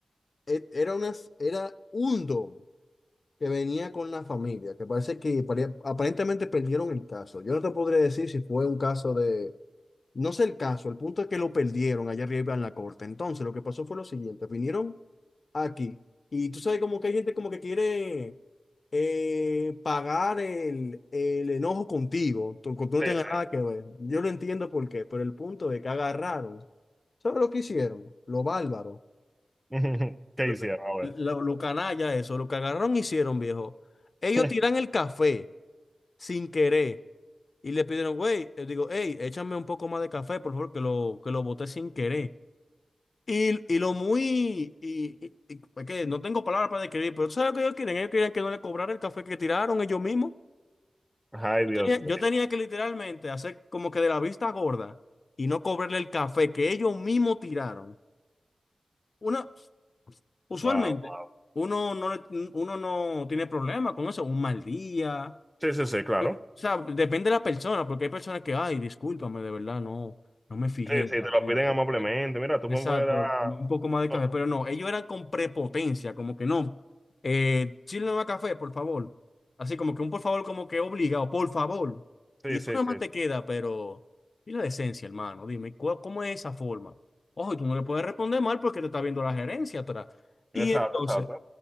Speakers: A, on the left; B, in the centre.
A: e- era, unas, era un dom. que venía con la familia, que parece que pare- aparentemente perdieron el caso. Yo no te podría decir si fue un caso de, no sé el caso, el punto es que lo perdieron allá arriba en la corte. Entonces, lo que pasó fue lo siguiente, vinieron aquí y tú sabes como que hay gente como que quiere eh, pagar el, el enojo contigo, tú, tú no
B: Sí,
A: tengas
B: sí.
A: nada que ver. Yo lo entiendo por qué, pero el punto es que agarraron. ¿Sabes lo que hicieron? Lo bárbaro
B: <laughs> ¿Qué
A: lo,
B: hicieron? A ver.
A: lo, lo canalla eso, lo que agarraron hicieron, viejo. Ellos
B: <laughs>
A: tiran el café sin querer y le pidieron, güey, eh, digo, hey, échame un poco más de café, por favor, que lo, que lo boté sin querer. Y, y lo muy, y, y- y- es que no tengo palabras para describir, pero ¿sabes lo que ellos quieren? Ellos querían que no le cobrara el café que tiraron ellos mismos.
B: Ay,
A: Yo
B: Dios
A: tenía,
B: mío.
A: yo tenía que literalmente hacer como que de la vista gorda y no cobrarle el café que ellos mismos tiraron. Una, Usualmente,
B: Wow, wow.
A: uno no, le- uno no tiene problema con eso, un mal día.
B: Sí, sí, sí, claro.
A: O sea, depende de la persona, porque hay personas que, ay, discúlpame, de verdad, no, no me fijé
B: Sí, sí,
A: realmente.
B: te lo piden amablemente. Mira, tú
A: Exacto,
B: me puedes dar.
A: un poco más de
B: No,
A: café, pero no, ellos eran con prepotencia, como que no, eh, sírveme más café, por favor. Así como que un por favor, como que obligado, por favor.
B: sí,
A: Y
B: sí,
A: tú nada
B: sí.
A: más te
B: sí.
A: queda, pero, y la decencia, hermano, dime, ¿cuál- ¿cómo es esa forma? Ojo, y tú no le puedes responder mal porque te está viendo la gerencia atrás. Y
B: Exacto,
A: entonces
B: exacto.